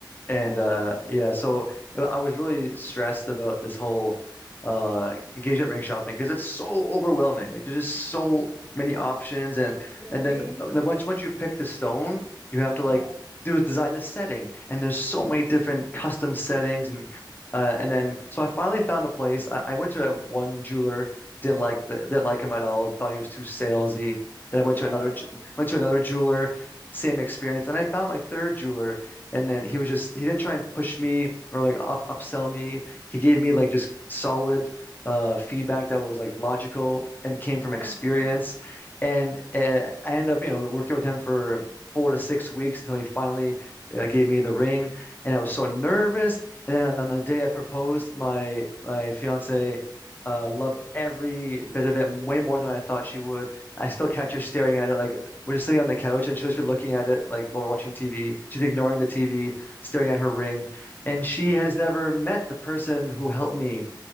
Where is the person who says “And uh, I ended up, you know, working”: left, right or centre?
Left